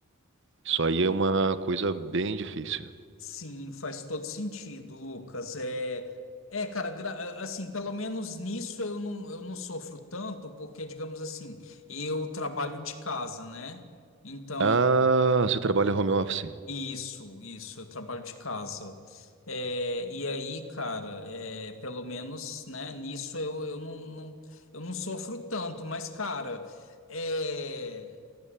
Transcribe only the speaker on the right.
Isso aí é uma coisa bem difícil.
Ah, você trabalha home office.